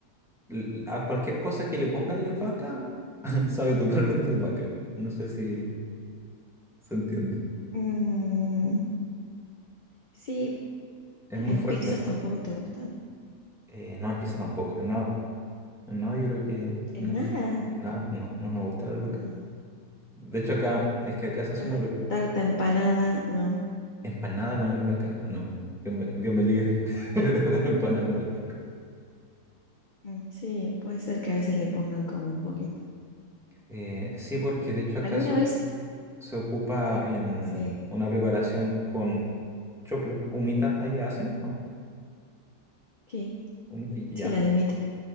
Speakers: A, in the centre; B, on the left (about 35°).
A: l- A cualquier cosa que le pongan la albahaca, <laughs> sabe totalmente a albahaca. No sé si se entiende.
B: Mm, sí,
A: Es
B: en
A: muy fuerte.
B: pizzas tampoco te gustan.
A: Eh, no empieza tampoco, en nada. En nada yo creo que
B: En
A: no.
B: nada.
A: En nada, no, no nos gusta la albahaca.
B: Mm,
A: De hecho acá, es que acá se hace
B: Tar-
A: una pre-
B: tarta empanada, no.
A: empanada con albahaca. No, Dios me, Dios me libre <laughs> de una empanada con albahaca.
B: Mm, Sí, puede ser que a veces le pongan como un poquito.
A: Eh, sí, porque de hecho acá
B: ¿Alguna
A: se,
B: vez?
A: se ocupa en
B: Sí,
A: una preparación con choclo, humita, allá hacen, ¿no?
B: sí,
A: Humita, y-
B: sí,
A: ya.
B: las de humita.